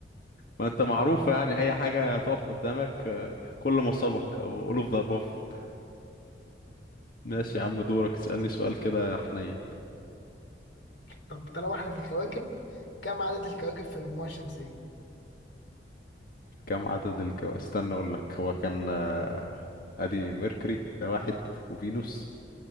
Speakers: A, on the left (about 55°); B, on the left (about 70°).
A: ما انت معروفة يعني اي حاجة تقف قدامك آه، كل ما سبق او all of the above ماشي يا عم دورك اسألني سؤال كده يا حنين
B: طب طالما احنا في الكواكب كم عدد الكواكب في المجموعة الشمسية
A: كم عدد الكو استنى اقول لك هو كان آه، ادي ميركوري ده واحد وفينوس